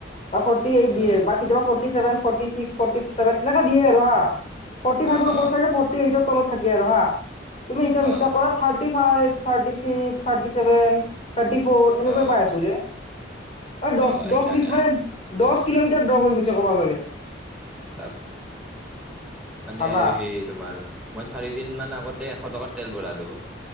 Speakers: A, on the left; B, in the centre.
A: বা ফটি এইট
B: অ
A: দিয়ে বা কেতিয়াবা ফৰটিচেভেন ফৰ্তী এইত স ফৰটি চেভেন এনেকা দিয়ে আৰু হা। ফৰ্টি ফাইভৰ
B: অ
A: ওপৰত
B: অ
A: থাকে ফৰ্টি এইটৰ তলত থাকে আৰু হা তুমি এতিয়া
B: অ
A: বিশ্বাস কৰা। ফ থাৰটি চিক্স থাৰ্টিছেভেন থাৰ্টি ফ এনেকুৱা
B: অ
A: পাই আছো। দ
B: অ সেইকাৰণে
A: মানে দহ কিলোমিটাৰ ড্ৰ হৈ গৈছে ক'ব গ'লে।
B: বাপ মানে
A: ভাবা
B: সেই তোমাৰ মই চাৰিদিন মান। এশ টকা তেল ভৰালো